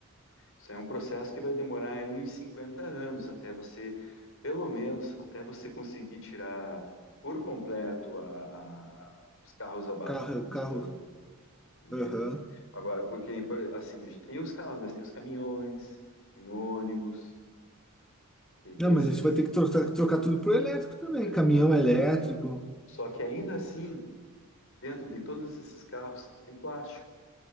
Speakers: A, on the left (about 65°); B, in the centre.
A: Isso aí é um processo que vai demorar aí uns 50 anos até você, pelo menos, até você conseguir tirar por completo a- a- a- os carros à base
B: Carro,
A: de combustão,
B: carro,
A: né?
B: aham.
A: Agora, porque, por- assim, a gente tem os carros, mas tem os caminhões, tem ônibus, tem, tem
B: Não,
A: esses-
B: mas a gente vai ter que trocar, trocar tudo por elétrico também.
A: vai
B: Caminhão
A: ter que trocar
B: elétrico.
A: tudo. Só que ainda assim, dentro de todos esses carros, tem plástico.